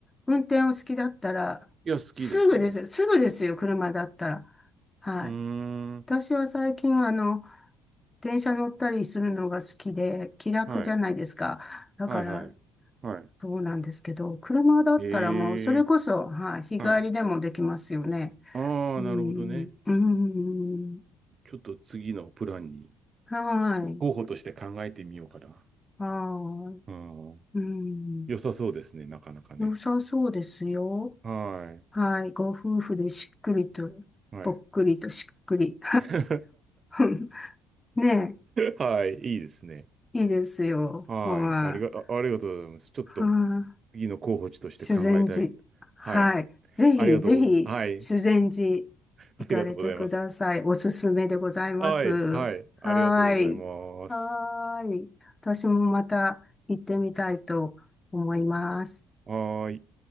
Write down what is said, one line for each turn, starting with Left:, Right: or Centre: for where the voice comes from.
Left: 運転お好きだったら、
Right: いや、好きですね。
Left: すぐです。すぐですよ、車だったら。はい。
Right: うーん。
Left: 私は最近、あの、電車乗ったりするのが好きで、気楽じゃないですか。
Right: はい。
Left: だから、
Right: はい、はい。は
Left: そうなんですけど、車だったらもう、
Right: い。へえ。
Left: それこそ、はい、日帰りでもできますよね。
Right: はい。ああ、
Left: うん、
Right: なるほどね。
Left: うん、
Right: ちょっと次のプランに
Left: はい、
Right: 候補として考えてみようかな。
Left: はい、
Right: うん。
Left: うん、
Right: 良さそうですね、なかなかね。
Left: 良さそうですよ。
Right: はい。
Left: はい。ご夫婦でしっくりと、
Right: はい。
Left: ぽっくりとしっくり。
Right: <laughs>
Left: <laughs> ね
Right: はい、いいですね。
Left: え、いいですよ。
Right: はい。
Left: はい。
Right: ありが、あありがとうございます。ちょっと
Left: は
Right: 次の候補地として考えたい。
Left: い。修善寺。はい。
Right: はい。
Left: ぜひ、
Right: ありがとうございます。
Left: ぜひ、
Right: はい。
Left: 修善寺
Right: ありがとうございます。
Left: 行かれてください。おすすめでございます。
Right: はい、はい、ありがとうございます。
Left: はい。はい。私もまた行ってみたいと思います。
Right: はーい。